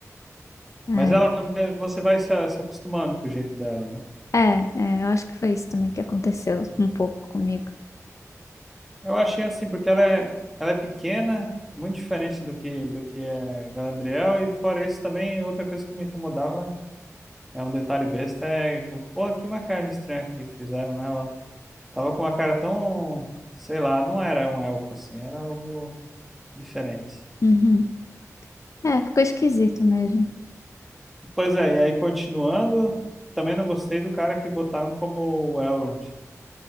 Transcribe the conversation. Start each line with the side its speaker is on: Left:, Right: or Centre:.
Left: É.
Centre: Mas ela, mas você vai se, a- se acostumando com o jeito dela, né?
Left: É, é, eu acho que foi isso também que aconteceu um pouco comigo.
Centre: Eu achei assim, porque ela é, ela é pequena, muito diferente do que, do que é Galadriel, e fora isso também, outra coisa que me incomodava, é um detalhe besta, é, pô, que maquiagem estranha que fizeram nela. Tava com uma cara tão, sei lá, não era um elfo assim, era algo diferente.
Left: Uhum. É, ficou esquisito mesmo.
Centre: Pois é, e aí continuando, também não gostei do cara que botaram como o Elrond,